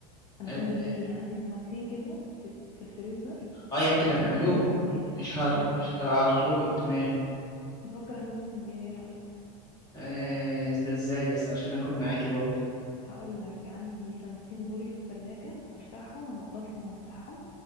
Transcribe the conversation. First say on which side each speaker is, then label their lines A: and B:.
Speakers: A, on the left (about 45°); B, on the left (about 20°).
A: انا
B: اه
A: عندي عندي سمكتين كده في في الفريزر
B: آه، يعني انت
A: بفكر
B: اللي هتعملوهم
A: اعملهم سنجاري
B: مش هت...
A: اه اه
B: مش هتطلبي تمام
A: بفكر اعملهم سنجاري ايه رايك
B: آه ده ازاي بس عشان اكون معاكي برضه
A: هقول لك عندي سمكتين بوري في التلاجة هفتحهم انضفهم وافتحهم